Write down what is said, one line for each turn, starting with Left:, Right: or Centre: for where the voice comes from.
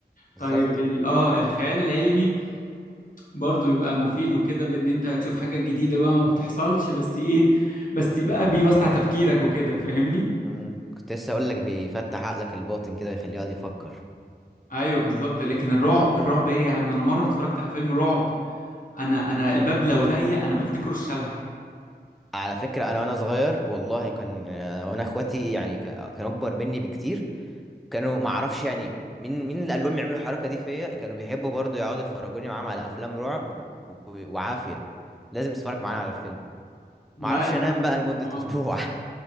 Centre: بالظبط
Left: طيب ال- اه الخيال العلمي برضه بيبقى مفيد وكده بان انت هتشوف حاجات جديدة بقى ما بتحصلش بس ايه بس بقى بيوسع تفكيرك وكده فاهمني
Centre: مم. كنت لسه اقول لك بيفتح عقلك الباطن كده ويخليه يقعد يفكر
Left: ايوه بالظبط لكن الرعب الرعب ايه يا عم انا مرة اتفرجت على فيلم رعب انا انا الباب لو ضيق انا بفتكره الشبح
Centre: على فكرة أنا وأنا صغير والله كان آه، وأنا إخواتي يعني ك- كانوا أكبر مني بكتير كانوا ما أعرفش يعني مين مين اللي قال لهم يعملوا الحركة دي فيا كانوا بيحبوا برضو يقعدوا يفرجوني معاهم على أفلام رعب و- وعافية لازم تتفرج معانا على الفيلم
Left: لا
Centre: ما أعرفش
Left: يا
Centre: أنام
Left: عم
Centre: بقى لمدة
Left: اه
Centre: أسبوع